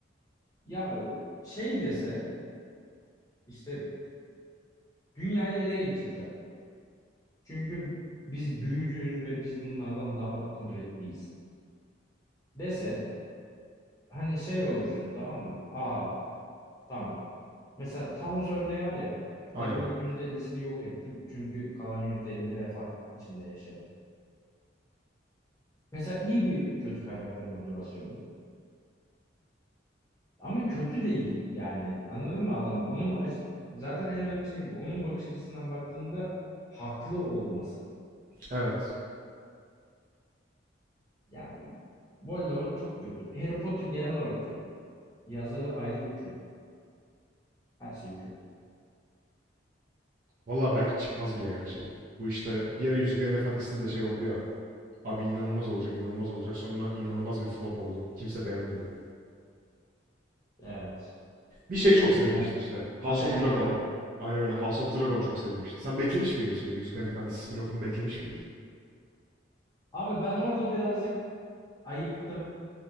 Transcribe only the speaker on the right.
Aynen.
Evet.
Vallahi belki çıkmaz bile ya şey. Bu işte bir ara Yüzüklerin Efendisi'nde de şey oldu ya. Abi inanılmaz olacak, inanılmaz olacak. Sonra inanılmaz bir flop oldu. Kimse beğenmedi.
Bir şey
çok sevilmişti
işte. House
of Dragon.
Aynen öyle. House of Dragon çok sevilmişti. Sen beklemiş miydin şeyi? Yüzüklerin Efendisi spin-off'unu beklemiş miydin?